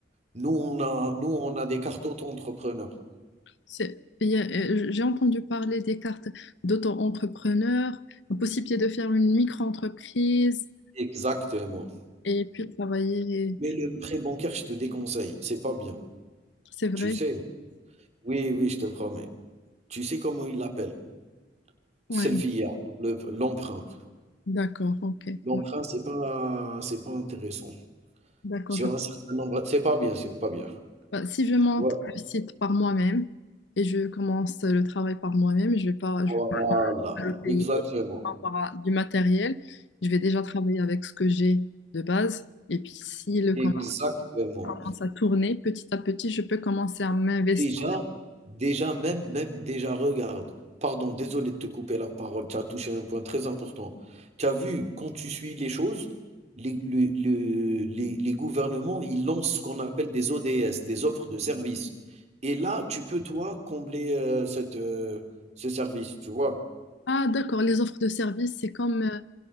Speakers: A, on the right (about 40°); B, on the left (about 85°).
A: Nous, on a nous, on a des cartes auto-entrepreneur.
B: c'est- il y a- euh, J'ai entendu parler des cartes d'auto-entrepreneur, la possibilité de faire une micro-entreprise,
A: Exactement.
B: et puis travailler.
A: Mais le prêt bancaire, je te déconseille, c'est pas bien.
B: C'est vrai?
A: Tu sais? Oui, oui, je te promets. Tu sais comment ils l'appellent?
B: Ouais,
A: Selfie, le l'emprunt.
B: d'accord, ok.
A: L'emprunt,
B: Ouais,
A: c'est pas c'est pas intéressant.
B: d'accord,
A: Sur
B: je...
A: un certain nombre c'est pas bien, c'est pas bien.
B: bah, si je monte
A: Tu vois?
B: le site par moi-même et je commence le travail par moi-même, je vais pas, je
A: Voilà,
B: vais pas le payer
A: exactement,
B: par rapport à du matériel. Je vais déjà travailler avec ce que j'ai de base. Et puis si le com-
A: exactement.
B: commence à tourner petit à petit, je peux commencer à m'investir.
A: Déjà déjà même même déjà regarde, pardon, désolé de te couper la parole, tu as touché un point très important. Tu as vu quand tu suis les choses, les le le les les gouvernements, ils lancent ce qu'on appelle des ODS, des offres de services et là, tu peux toi combler, heu, cette, heu, ce service, tu vois?
B: Ah, d'accord, les offres de services, c'est comme euh,